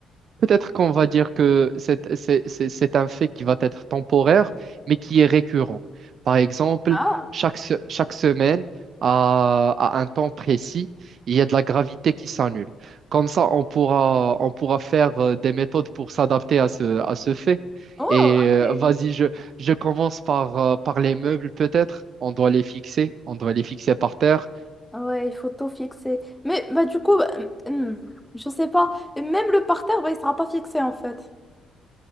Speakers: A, on the right; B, in the centre.
A: Peut-être qu'on va dire que c'est c'est- c'est- c'est un fait qui va être temporaire, mais qui est récurrent. Par exemple,
B: Ah,
A: chaque, se- chaque semaine, à, à un temps précis, il y a de la gravité qui s'annule. Comme ça, on pourra, on pourra faire euh, des méthodes pour s'adapter à ce, à ce fait.
B: oh,
A: Et
B: ok.
A: euh, vas-y, je, je commence par, euh, par les meubles, peut-être. On doit les fixer, on doit les fixer par terre.
B: Ouais, il faut tout fixer. Mais bah, du coup, euh, hum, je sais pas. Et Même le parterre, bah, il sera pas fixé en fait.